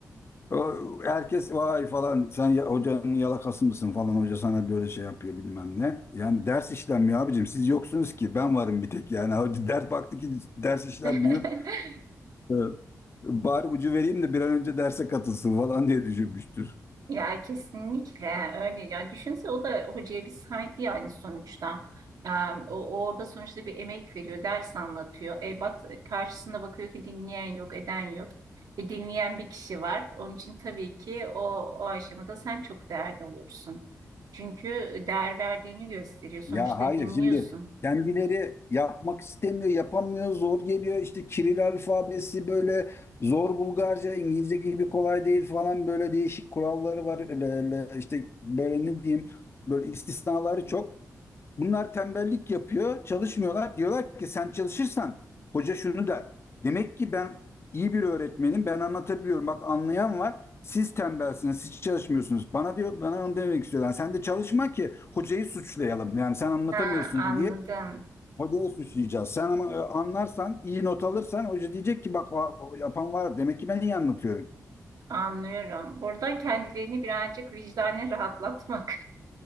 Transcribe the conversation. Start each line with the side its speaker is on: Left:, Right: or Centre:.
Left: O- Herkes vay falan sen ya- hocanın yalakası mısın falan hoca sana böyle şey yapıyor bilmem ne. Yani ders işlenmiyor abicim siz yoksunuz ki ben varım bir tek yani hoca ders baktı ki ders işlenmiyor.
Right: <laughs>
Left: Ee, Bari ucu vereyim de bir an önce derse katılsın falan diye düşünmüştür.
Right: ya kesinlikle öyle ya düşünse o da hocaya bir saygı yani sonuçta E, o, o orada sonuçta bir emek veriyor ders anlatıyor e, bak karşısında bakıyor ki dinleyen yok eden yok e, dinleyen bir kişi var onun için tabii ki o, o aşamada sen çok değerli olursun. Çünkü değer verdiğini gösteriyor. Sonuçta
Left: Ya hayır
Right: dinliyorsun.
Left: şimdi kendileri yapmak istemiyor, yapamıyor, zor geliyor. İşte Kiril alfabesi böyle zor Bulgarca, İngilizce gibi kolay değil falan böyle değişik kuralları var. Le- le- İşte böyle ne diyeyim böyle istisnaları çok. Bunlar tembellik yapıyor, çalışmıyorlar. Diyorlar ki sen çalışırsan hoca şunu der. Demek ki ben iyi bir öğretmenim, ben anlatabiliyorum. Bak anlayan var. Siz tembelsiniz, siz çalışmıyorsunuz. Bana diyor, bana onu demek istiyorlar. Sen de çalışma ki hocayı suçlayalım. Yani sen anlatamıyorsun
Right: Ha, anladım.
Left: diye hocayı suçlayacağız. Sen ama e, anlarsan, iyi not alırsan hoca diyecek ki bak va- yapan var. Demek ki ben iyi anlatıyorum.
Right: Anlıyorum. Burada kendilerini birazcık vicdanen rahatlatmak,